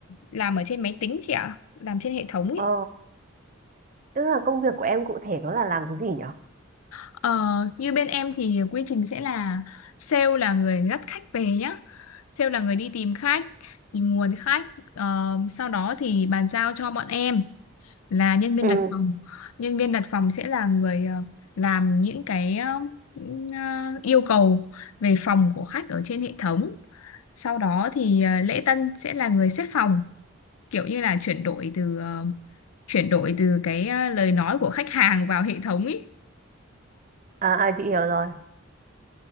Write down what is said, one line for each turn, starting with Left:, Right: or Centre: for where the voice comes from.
Left: làm ở trên máy tính chị ạ, làm trên hệ thống ý
Right: Ờ, tức là công việc của em cụ thể nó là làm cái gì nhở?
Left: Ờ, như bên em thì quy trình sẽ là sale là người dắt khách về nhá. Sale là người đi tìm khách, tìm nguồn khách. Ờ, sau đó thì bàn giao cho bọn em là nhân viên
Right: Ừ,
Left: đặt phòng. Nhân viên đặt phòng sẽ là người ờ, làm những cái ờ, những, ờ, yêu cầu về phòng của khách ở trên hệ thống. Sau đó thì ờ, lễ tân sẽ là người xếp phòng, kiểu như là chuyển đổi từ ờ, chuyển đổi từ cái ờ, lời nói của khách hàng vào hệ thống ý
Right: à, à chị hiểu rồi.